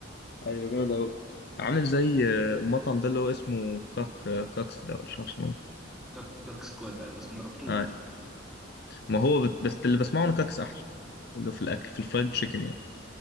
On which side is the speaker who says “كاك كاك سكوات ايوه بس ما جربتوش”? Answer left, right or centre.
Centre